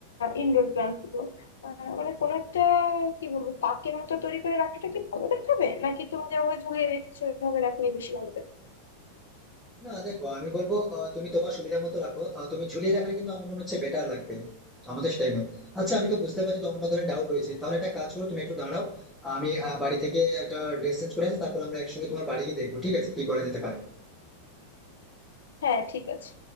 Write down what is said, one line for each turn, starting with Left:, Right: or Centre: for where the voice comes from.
Left: ইনডোর প্লান্ট গুলো আহ, মানে কোন একটা কি বলবো তাকের মতো তৈরি করে রাখাটা কি ভালো দেখাবে নাকি তুমি যেভাবে ঝুলিয়ে রেখেছো ওইভাবে রাখলে বেশি ভালো দেখাবে
Centre: না দেখো আমি বলবো আহ, তুমি তোমার সুবিধা মতো রাখো আহ, তুমি ঝুলিয়ে রাখলে কিন্তু আমার মনে হচ্ছে বেটার লাগবে তো আমাদের সেটাই মনে হয়। আচ্ছা আমি তো বুঝতে পারছি তোমার মধ্যে ডাউট রয়েছে তাহলে একটা কাজ করো তুমি একটু দাঁড়াও আমি আহ, বাড়ি থেকে একটা ড্রেস চেঞ্জ করে আসি তারপর আমরা একসঙ্গে তোমার বাড়ি গিয়ে দেখবো ঠিক আছে কি করা যেতে পারে
Left: হ্যাঁ ঠিক আছে